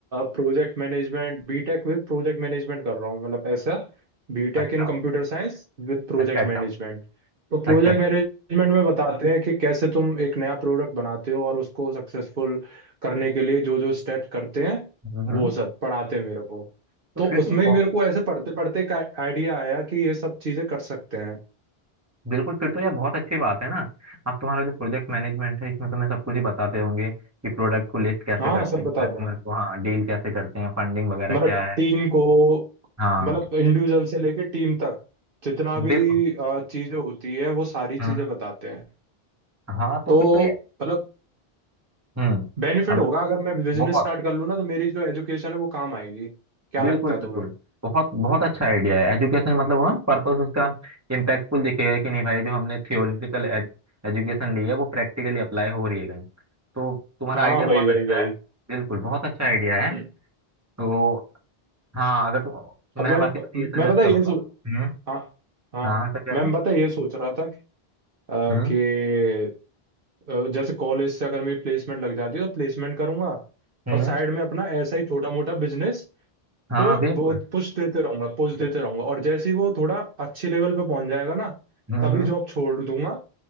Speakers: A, on the right (about 60°); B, on the right (about 15°).
A: project management BTech with project management कर रहा हूँ मतलब ऐसा BTech
B: अच्छा
A: in computer science with project
B: अच्छा अच्छा
A: management तो प्रोजेक्ट
B: अच्छा अच्छा
A: मैनेजमेंट में बताते हैं कि कैसे तुम एक नया प्रोडक्ट बनाते हो और उसको सक्सेसफुल करने के लिए जो जो स्टेप्स करते हैं
B: हम्म हम्म,
A: वो सब पढ़ाते हैं मेरे को
B: तो
A: तो
B: फिर तो
A: उसमें
B: बहु-
A: मेरे को ऐसे पढ़ते पढ़ते एक आइडिया आया कि ये सब चीजें कर सकते हैं
B: बिल्कुल फिर तो यार बहुत अच्छी बात है ना अब तुम्हारा जो प्रोजेक्ट मैनेजमेंट है इसमें तुम्हें सब कुछ ही बताते होंगे कि प्रोडक्ट को लिस्ट कैसे
A: हाँ
B: करते
A: सब
B: हैं
A: बताते
B: कस्टमर
A: हैं
B: को हाँ डील कैसे करते हैं फंडिंग वगैरह
A: मतलब
B: क्या है
A: टीम को
B: हाँ
A: मतलब इंडिविजुअल से लेके टीम तक जितना भी
B: बिल्कुल
A: अ, चीजें होती है वो सारी चीजें
B: हम्म
A: बताते हैं
B: हाँ तो
A: तो
B: फिर तो ये
A: मतलब
B: हम्म
A: बेनिफिट
B: अब
A: होगा
B: देखो
A: अगर मैं बिजनेस
B: बहुत
A: स्टार्ट कर लूँ ना तो मेरी जो एजुकेशन है वो काम आएगी क्या
B: बिल्कुल
A: लगता है
B: बिल्कुल
A: तुम्हें
B: बहुत बहुत अच्छा आइडिया है एजुकेशन मतलब वह पर्पस उसका इम्पैक्टफुल दिखेगा कि नहीं भाई जो हमने थियोरिटिकल एजुकेशन ली है वो प्रैक्टिकली अप्लाई हो रही है कहीं तो तुम्हारा
A: हाँ
B: आइडिया
A: भाई
B: बहुत
A: भाई
B: अच्छा
A: भाई
B: है बिल्कुल बहुत अच्छा आइडिया
A: हम्म।
B: है तो हाँ अगर तुम
A: अब
B: मैं
A: मैं
B: बाकी तुम्हें ये सजेस्ट
A: मैं पता
B: करूंगा
A: है ये सोच
B: हम्म
A: हाँ हाँ
B: हाँ क्या
A: मैं
B: कह रहे हो
A: पता है ये सोच रहा था कि, अ,
B: हम्म
A: कि अ, जैसे कॉलेज से अगर मेरी प्लेसमेंट लग जाती है तो प्लेसमेंट करूंगा
B: हम्म
A: और साइड में अपना ऐसा ही छोटा मोटा बिजनेस
B: हाँ
A: को
B: बिल्कुल
A: बहुत पुश देते रहूंगा पुश देते रहूंगा और जैसे ही वो थोड़ा अच्छे लेवल पे पहुंच जाएगा ना
B: हम्म
A: तभी जॉब छोड़ दूंगा